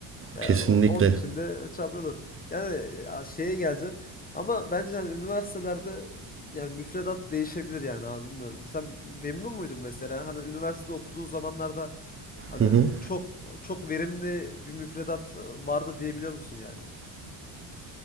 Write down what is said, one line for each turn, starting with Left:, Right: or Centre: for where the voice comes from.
Left: Ya,
Right: kesinlikle.
Left: o- onun için de çabalıyorlar. Yani ya, şeye geleceğim. Ama bence hani üniversitelerde yani müfredat değişebilir yani abi bilmiyorum. Sen memnun muydun mesela? Hani üniversitede okuduğun zamanlarda hani
Right: Hı hı.
Left: çok çok verimli bir müfredat e, vardı diyebiliyor musun yani?